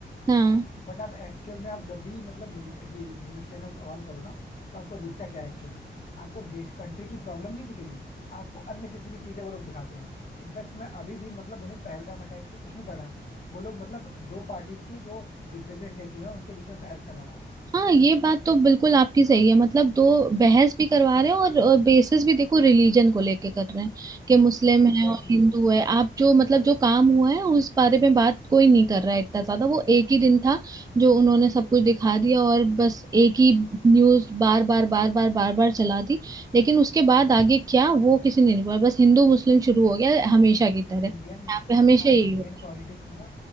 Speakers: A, on the right (about 20°); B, on the left (about 55°).
A: हाँ
B: बट आप एक्चुअल में आप जब भी मतलब media- ये न्यूज चैनल्स ऑन करो ना तो आपको दिखता क्या है एक्चुअल में आपको देश कंट्री की प्रॉब्लम नहीं दिखेगी आपको अननेसेसरी चीजें वो लोग दिखाते हैं इनफैक्ट मैं अभी भी मतलब उन्हें पहलगाम अटैक से कुछ नहीं पड़ा है वो लोग मतलब दो पार्टीज के जो रिप्रेजेंटेटिव है उनके बीच में बहस करवा रहे हैं
A: हाँ ये बात तो बिल्कुल आपकी सही है मतलब दो बहस भी करवा रहे हैं और, और बेसिस भी देखो रिलीजन को लेके कर रहे हैं कि मुस्लिम
B: एग्जैक्टली
A: है और हिंदू है आप जो मतलब जो काम हुआ है उस बारे में बात कोई नहीं कर रहा है इतना ज्यादा वो एक ही दिन था जो उन्होंने सब कुछ दिखा दिया और बस एक ही न्यूज बार बार बार बार बार बार चला दी लेकिन उसके बाद आगे क्या वो किसी ने नहीं बोला बस हिंदू मुस्लिम शुरू हो गया हमेशा की तरह
B: इंडियन
A: यहाँ पे हमेशा
B: हाँ
A: यही
B: इंडियन
A: होता
B: पॉलिटिक्स
A: है
B: में ना